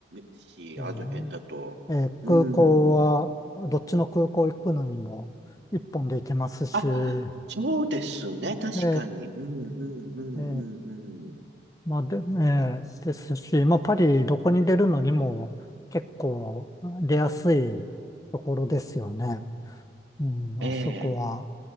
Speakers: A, on the right; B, on the left.
A: し、
B: えええー空港は、
A: あの辺だと。うん。
B: どっちの空港行くのにも一本で行けますし、
A: あ、
B: え
A: そうですね。確かに。
B: え
A: うん、うん、うん、
B: ええ
A: うん、うん。
B: まあで、ええですし、まあパリどこに出るのにも結構出やすいところですよね。うん、まあそこは。
A: ええ。